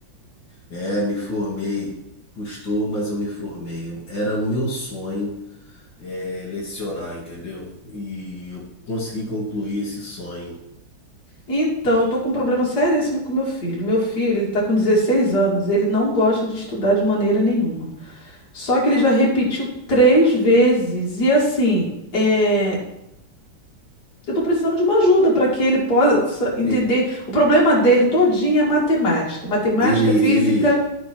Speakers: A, on the left; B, on the left.
A: É, me formei. Custou, mas eu me formei. Eu- Era o meu sonho, é, lecionar, entendeu? E eu consegui concluir esse sonho.
B: Então, eu tô com um problema seríssimo com meu filho. Meu filho, ele tá com 16 anos, ele não gosta de estudar de maneira nenhuma. Só que ele já repetiu três vezes, e assim, é, Eu tô precisando de uma ajuda para que ele possa entender.
A: E-
B: O problema dele todinho é matemática, matemática,
A: Ele,
B: física
A: ele,